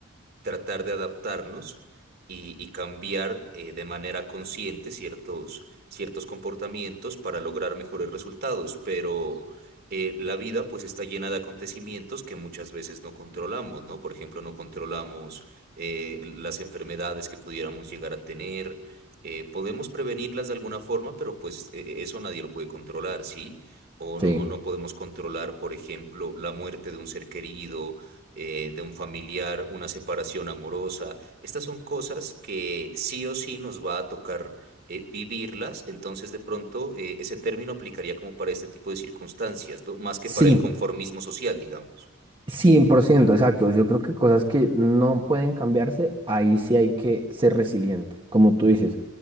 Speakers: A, on the right; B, on the right.
A: tratar de adaptarnos y, y cambiar eh, de manera consciente ciertos, ciertos comportamientos para lograr mejores resultados, pero eh, la vida pues está llena de acontecimientos que muchas veces no controlamos, ¿no? Por ejemplo, no controlamos eh, las enfermedades que pudiéramos llegar a tener. eh, podemos prevenirlas de alguna forma, pero pues eh, eso nadie lo puede controlar, ¿sí? O
B: Sí.
A: no, o no podemos controlar, por ejemplo, la muerte de un ser querido, eh, de un familiar, una separación amorosa. Estas son cosas que sí o sí nos va a tocar eh, vivirlas, entonces de pronto eh, ese término aplicaría como para este tipo de circunstancias, ¿no? Más que
B: Sí,
A: para el conformismo social, digamos.
B: 100% exacto. Yo creo que cosas que no pueden cambiarse, ahí sí hay que ser resiliente. Como tú dices,